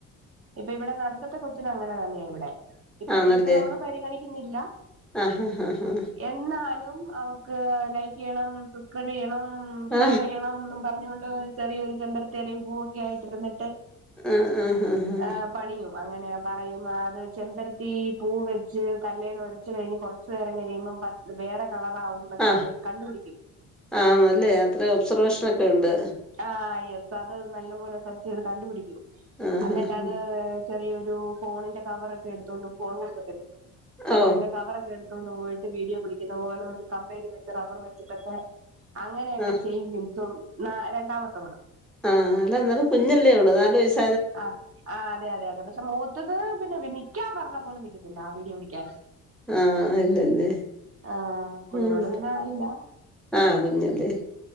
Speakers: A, on the right; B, in the centre.
A: ഇപ്പോ ഇവിടെ നടുക്കത്തെ കൊച്ചിനും അങ്ങനെ തന്നെയ ഇവിടെ ഇപ്പഴത്തെ
B: ആണല്ലേ
A: ഇഷ്ടം നമ്മൾ പരിഗണിക്കിന്നില്ല
B: ആഹാഹാഹാ.
A: എഹ് എന്നാലും അവക്ക് ലൈക്ക് ചെയ്യണം സബ്സ്ക്രൈബ് ചെയ്യണം ഉം
B: ആ
A: ഷെയറയ്യണംന്നും പറഞ്ഞൊണ്ട് ചെറിയൊരു ചെമ്പരത്തി എലയും പൂവൊക്കെ ആയിട്ടിരുന്നിട്ട്
B: ആഹ് ആഹ് ആഹ് ആഹ്
A: ഏഹ് പണിയും അങ്ങനെ പറയും അത് ചെമ്പരത്തി പൂ വെച്ച് കല്ലേൽ ഒരച്ച് കഴിഞ്ഞ് കോർ ച്ച് നേരം കഴിയുമ്പം പ വേറെ കളറാവുന്നൊക്കെ
B: ആ
A: അവര് കണ്ടുപിടിക്കിയും
B: ആണല്ലേ അത്ര ഒബ്സർവേഷനൊക്കെ ഉണ്ട്.
A: ആഹ് യെസ് അത് നല്ല പോലെ സെർച്ചെയ്ത് കണ്ടുപിടിക്കി യും
B: ആ ആഹാഹാ.
A: അന്നിട്ട് അത് ചെറിയൊരു ഫോണിന്റെ കവറോക്കെ എടുത്തൊണ്ടും ഫോൺ കൊടുക്കത്തില്ലല്ലോ ഫോണിന്റെ
B: ഓ!
A: കവറൊക്കെ എടുത്തൊണ്ട് പോയിട്ട് വീഡിയോ പിടിക്കിന്ന പോലെ ഒരു കമ്പേൽ വെച്ച് റബ്ബർ വെച്ചിട്ടൊക്കെ അങ്ങനെയൊക്കെ
B: ആ
A: ചെയ്യും സോ ന്നാ രണ്ടാമാത്തവള്
B: ആഹ് അല്ല ന്നാലും കുഞ്ഞല്ലേ അവൾ നാല് വയസ്
A: ആഹ് ആഹ് അതെ അതെ അതെ പക്ഷെ മൂത്തത് പിന്നെ നിക്കിയാൻ പറഞ്ഞ പോലും നിക്കത്തില്ല ആ വീഡിയോ പിടിക്കാൻ
B: ആഹ് ഇല്ലല്ലേ
A: ആഹ് കുഞ്ഞോള്
B: ഉം
A: പിന്നെ ആയില്ല
B: ആഹ് കുഞ്ഞല്ലേ